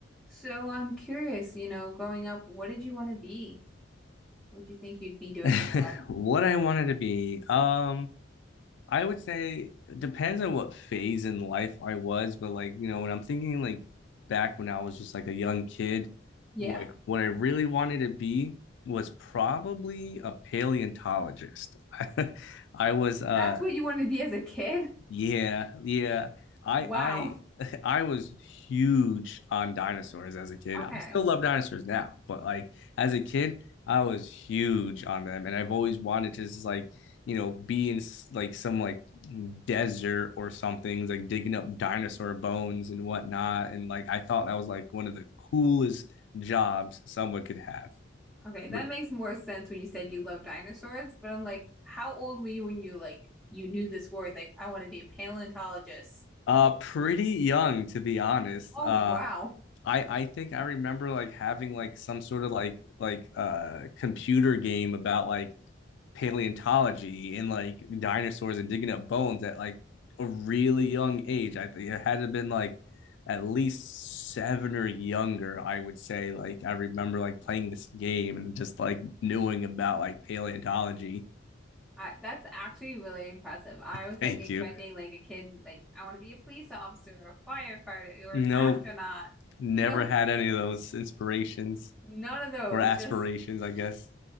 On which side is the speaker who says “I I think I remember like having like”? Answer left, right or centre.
Left